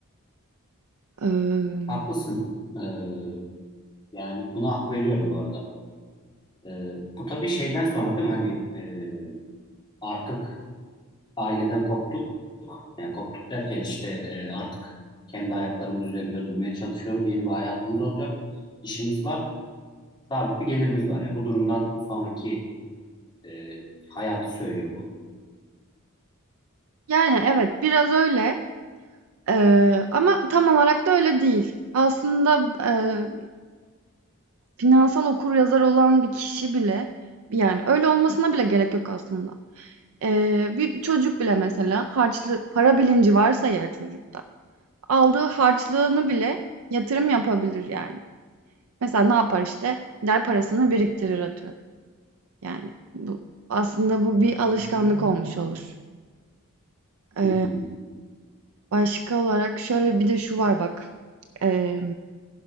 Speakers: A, on the right; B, on the left.
A: Eee,
B: Haklısın. Ee, yani buna hak veriyorum bu arada. Ee, bu tabii şeyden sonra değil mi? Hani e, artık aileden koptuk. Yani koptuk derken işte e, artık kendi ayaklarımız üzerinde durmaya çalışıyoruz. Yeni bir hayatımız olacak. İşimiz var. Sabit bir gelirimiz var ya. Bu durumdan sonraki E, hayatı söylüyor bu.
A: yani evet biraz öyle Eee, ama tam olarak da öyle değil. Aslında eee Finansal okuryazar olan bir kişi bile, yani öyle olmasına bile gerek yok aslında. Eee, bir çocuk bile mesela harçlı para bilinci varsa eğer çocukta, aldığı harçlığını bile yatırım yapabilir yani. Mesela ne yapar işte? Gider parasını biriktirir atıyorum. Yani bu aslında bu bir alışkanlık olmuş olur. Eee,
B: Hmm.
A: başka olarak şöyle bir de şu var bak. Eee,